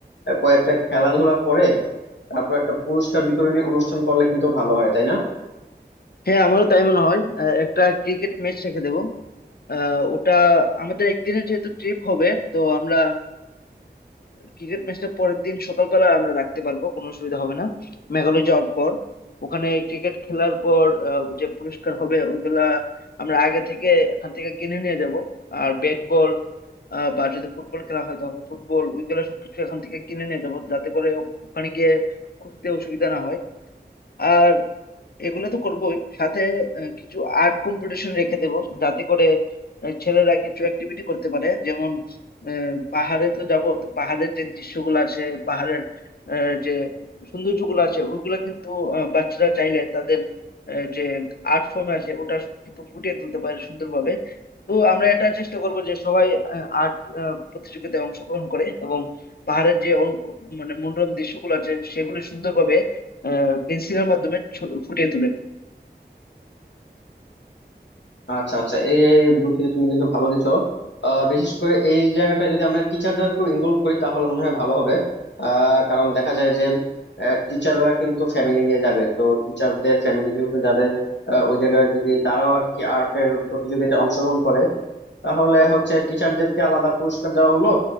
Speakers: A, on the left; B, on the left.
A: আহ, কয়েকটা খেলাধুলা করে তারপর একটা পুরস্কার বিতরণী অনুষ্ঠান করলে কিন্তু ভালো হয় তাই না
B: হ্যাঁ আমারও তাই মনে হয় আহ, একটা ক্রিকেট ম্যাচ রেখে দেবো আহ, ওটা আমাদের একদিনের যেহেতু ট্রিপ হবে তো আমরা ক্রিকেট ম্যাচটা পরের দিন সকালবেলা আমরা রাখতে পারবো কোনো অসুবিধা হবে না মেঘালয় যাওয়ার পর ওখানে ক্রিকেট খেলার পর আহ, যে পুরস্কার হবে ওইগুলা আমরা আগে থেকে এখান থেকে কিনে নিয়ে যাব আর ব্যাট বল আহ, বা যদি ফুটবল খেলা হয় তাহলে ফুটবল ওইগুলা সবকিছু এখান থেকে কিনে নিয়ে যাবো যাতে করে ওখানে গিয়ে খুঁজতে অসুবিধা না হয় আর এগুলো তো করবোই সাথে আহ, কিছু আর্ট কম্পিটিশন রেখে দেব যাতে করে আহ, ছেলেরা কিছু অ্যাক্টিভিটি করতে পারে যেমন আহ, পাহাড়ে তো যাব তো পাহাড়ের যে দৃশ্যগুলো আছে পাহাড়ের আহ, যে সৌন্দর্যগুলো আছে ওগুলো কিন্তু আহ, বাচ্চারা চাইলে তাদের আহ, যে আর্ট ফর্ম আছে ওটা কিন্তু ফুটিয়ে তুলতে পারে সুন্দরভাবে তো আমরা এটা চেষ্টা করব যে সবাই আর্ট প্রতিযোগিতায় অংশগ্রহণ করে এবং পাহাড়ের যে অল- মানে মনোরম দৃশ্যগুলো আছে সেগুলো সুন্দরভাবে পেন্সিলের মাধ্যমে ছ- ফুটিয়ে তোলে
A: আচ্ছা আচ্ছা এই এই বুদ্ধিতে তুমি কিন্তু ভালো দিছো আহ, বিশেষ করে এই জায়গাটা যদি আমরা টিচারদেরকে ইনভলভ করি তাহলে মনে হয় ভালো হবে আহ, কারণ দেখা যায় যে টিচাররা কিন্তু ফ্যামিলি নিয়ে যাবে তো টিচারদের ফ্যামিলি যেহেতু যাবে আহ, ওই জায়গায় যদি তারাও আর কি আর্টের প্রতিযোগিতায় অংশগ্রহণ করে তাহলে হচ্ছে টিচারদেরকে আলাদা পুরস্কার দেওয়া হলো